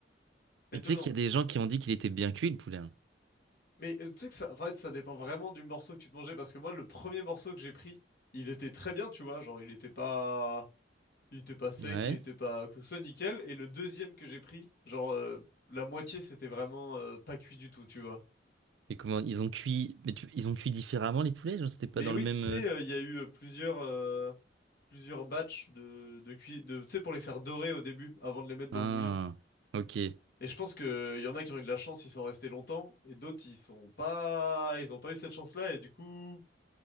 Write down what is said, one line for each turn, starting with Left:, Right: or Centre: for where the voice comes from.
Left: Étonnant.
Right: Mais tu sais qu'il y a des gens qui ont dit qu'il était bien cuit, le poulet. hein.
Left: Mais euh, tu sais que ça... En fait, ça dépend vraiment du morceau que tu te mangeais. Parce que moi, le premier morceau que j'ai pris, il était très bien, tu vois. Genre, il était pas... Il était pas sec,
Right: Ouais.
Left: il était pas... Que ce soit nickel. Et le deuxième que j'ai pris, genre... euh, La moitié, c'était vraiment euh, pas cuit du tout, tu vois.
Right: Et comment ils ont cuit... Mais tu- ils ont cuit différemment, les poulets? Genre, c'était pas
Left: Mais
Right: dans
Left: oui,
Right: le même...
Left: tu sais,
Right: euh,
Left: euh, il y a eu euh, plusieurs, euh, plusieurs batchs de, de cuit, de, tu sais, pour les faire dorer au début, avant de les mettre dans
Right: Ah,
Left: le bouillon.
Right: ok. Je
Left: Et je pense que euh, il y en a qui ont eu de la chance, ils sont restés longtemps, et d'autres, ils sont pas, ils ont pas eu cette chance-là, et du coup,